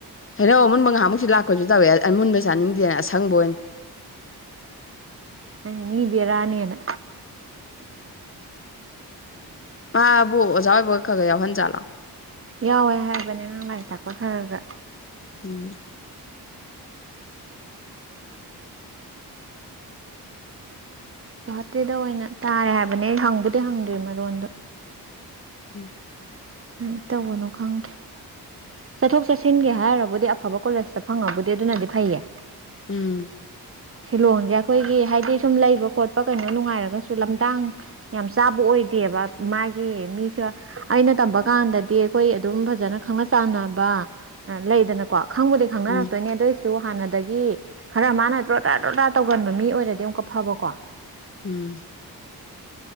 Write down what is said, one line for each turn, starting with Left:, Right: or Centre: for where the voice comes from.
Left: ꯍꯩꯅꯧ ꯑꯃꯨꯟꯕ ꯉꯥꯏꯍꯥꯛꯃꯨꯛꯁꯨ ꯂꯥꯛꯄꯁꯨ ꯇꯧꯋꯦ ꯑꯔꯨꯟꯕ ꯆꯥꯅꯤꯡꯗꯦꯅ ꯑꯁꯪꯕ ꯑꯣꯏꯅ
Right: ꯑꯩꯅ ꯃꯤ ꯕꯦꯔꯥꯅꯤꯅ
Left: ꯃꯥꯕꯨ ꯑꯣꯖꯥ ꯑꯣꯏꯕꯒ ꯈ ꯈ ꯌꯥꯎꯍꯟꯖꯥꯠꯂꯣ
Right: ꯌꯥꯎꯋꯦ ꯍꯥꯏꯕꯅꯦ ꯑꯉꯥꯡ ꯂꯥꯏꯔꯤꯛ ꯇꯥꯛꯄ ꯈꯔ ꯈꯔ
Left: ꯎꯝ
Right: ꯒꯨꯍꯥꯇꯤꯗ ꯑꯣꯏꯅ ꯇꯥꯔꯦ ꯍꯥꯏꯕꯅꯦ ꯍꯪꯕꯨꯗꯤ ꯍꯪꯗ꯭ꯔꯤ ꯃꯔꯣꯟꯗꯣ
Left: ꯎꯝ
Right: ꯃꯥꯏ ꯇꯧꯕꯅꯣ ꯈꯪꯗ꯭ꯔꯦ ꯆꯠꯊꯣꯛ ꯆꯠꯁꯤꯟꯒꯤ ꯍꯥꯏꯔꯕꯨꯗꯤ ꯑꯐꯕ ꯀꯣꯂꯦꯖꯇ ꯐꯪꯉꯕꯨꯗꯤ ꯑꯗꯨꯅꯗꯤ ꯐꯩꯌꯦ
Left: ꯎꯝ
Right: ꯁꯤꯂꯣꯡꯖꯦ ꯑꯩꯈꯣꯏꯒꯤ ꯍꯥꯏꯗꯤ ꯁꯨꯝ ꯂꯩꯕ ꯈꯣꯠꯄ ꯀꯩꯅꯣ ꯅꯨꯡꯉꯥꯏꯔꯒꯁꯨ ꯂꯝꯗꯥꯡ ꯌꯥꯝ ꯆꯥꯕ ꯑꯣꯏꯗꯦꯕ ꯃꯥꯒꯤ ꯃꯤꯁꯨ ꯑꯩꯅ ꯇꯝꯕ ꯀꯥꯟꯗꯗꯤ ꯑꯩꯈꯣꯏ ꯑꯗꯨꯝ ꯐꯖꯅ ꯈꯪꯅ ꯆꯥꯟꯅꯕ ꯂꯩꯗꯅꯀꯣ ꯈꯪꯕꯨꯗꯤ ꯈꯪꯅꯔꯛꯇꯣꯏꯅꯤ
Left: ꯎꯝ
Right: ꯑꯗꯨꯏ ꯁꯨ ꯍꯥꯟꯅꯗꯒꯤ ꯈꯔ ꯃꯥꯅ ꯗ꯭ꯔꯣꯗꯥꯔ ꯗ꯭ꯔꯣꯗꯥꯔ ꯇꯧꯒꯟꯕ ꯃꯤ ꯑꯣꯏꯔꯗꯤ ꯑꯃꯨꯛꯀ ꯐꯕꯀꯣ
Left: ꯎꯝ